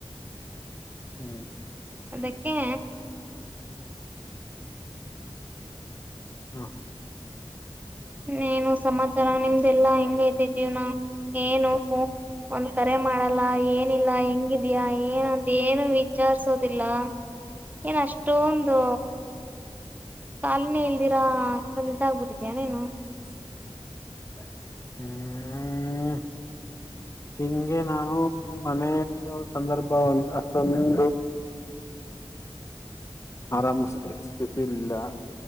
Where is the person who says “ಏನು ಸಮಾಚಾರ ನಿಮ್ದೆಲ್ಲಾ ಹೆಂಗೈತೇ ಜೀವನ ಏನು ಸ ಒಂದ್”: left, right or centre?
Right